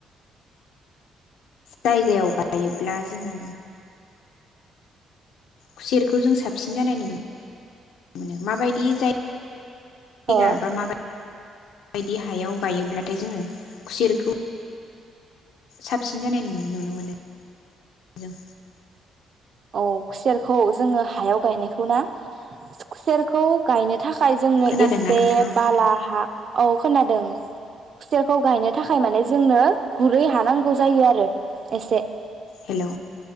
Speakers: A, on the left; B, on the right.
A: जायगायाव गायो ब्ला जोङो खुसेरखौ जों साबसिन जानाय नुनो मोनो माबायदि जाय
B: ओ
A: जायगा माबाय बायदि हायाव गायोब्लाथाय जोङो खुसेरखौ साबसिन जानाय नुनो मोनो जों।
B: औ खुसेरखौ जोङो हायाव गायनायखौ ना खुसेरखौ गायनो थाखाय जोंनो
A: खोनादोंना
B: एसे
A: नोंथाङा
B: बाला हा औ खोनादों खुसेरखौ गायनो थाखाय माने जोंनो गुरै हानांगौ जायो आरो एसे।
A: हेलौ